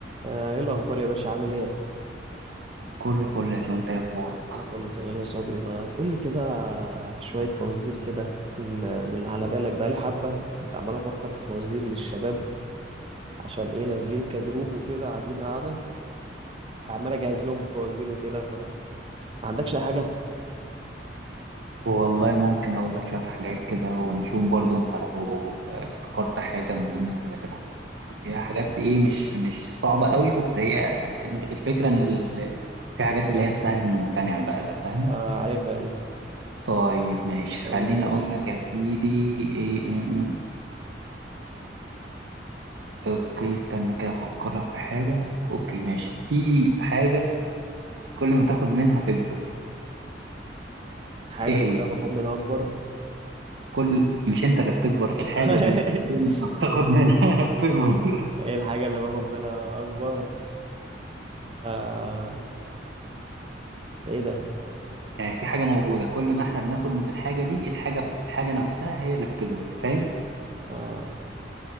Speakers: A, on the right; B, on the right.
A: آه، ايه الاخبار يا باشا عامل ايه
B: كله فل يا جو انت ايه اخبارك
A: انا كله تمام يا صبري ما تقولي كده شويه فوازير كده من اللي من اللي على بالك بقالي حبه كنت عمال افكر في فوازير للشباب عشان ايه نازلين كجروب وكده قاعدين قاعده فعمال اجهز لهم في فوازير وكده فما عندكش اي حاجه
B: والله ممكن اقول لك شويه حاجات كده ونشوف
A: يعني
B: برضو انت لو افتكرت حاجه من ضمن الحاجات اللي عندك بس هي حاجات ايه مش مش صعبه قوي بس هي الفكره ان ال... في حاجات اللي هي السهل الممتنع بقى ده فاهم
A: آه عارفها دي
B: طيب ماشي خليني
A: قول لي يا باشا
B: اقول لك يا سيدي ايه إيه- اوكي استنى كده افكر لك في حاجه اوكي ماشي في حاجه كل ما تاخد منها تكبر
A: حاجه
B: ايه
A: كده
B: هي
A: باخد منها اكبر
B: كل مش انت اللي بتكبر الحاجه
A: <laughs>
B: دي اللي كل ما بتاخد منها <laughs> بتكبر
A: ايه الحاجه اللي باخد منها اكبر آه ايه ده
B: يعني في حاجه موجوده كل ما احنا بناخد من الحاجه دي الحاجه بت- الحاجه نفسها هي اللي بتكبر فاهم
A: آه